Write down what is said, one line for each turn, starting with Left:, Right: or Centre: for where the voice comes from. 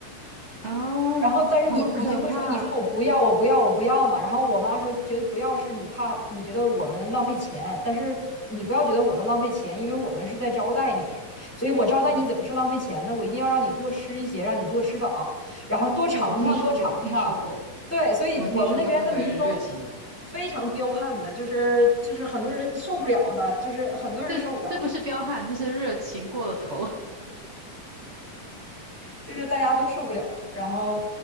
Right: 啊，
Centre: 然后，但是你你就会说，
Right: 好可怕！
Centre: 你说我不要，我不要，我不要嘛。然后我妈说，觉得不要是你怕，你觉得我们浪费钱，但是你不要觉得我们浪费钱，因为我们是在招待你，所以我招待你怎么是浪费钱呢？
Right: 嗯，
Centre: 我一定要让你多吃一些，让你多吃饱，然后多尝尝，
Right: 对，我听说过，
Centre: 多尝尝。
Right: 听说过，
Centre: 对，所以我们那边的民风
Right: 我听说过东北人热情。
Centre: 非常彪悍的，就是就是很多人受不了的，就是很多人受不了。
Right: 这这不是彪悍，这是热情过了头。<laughs>
Centre: 就是大家都受不了。然后，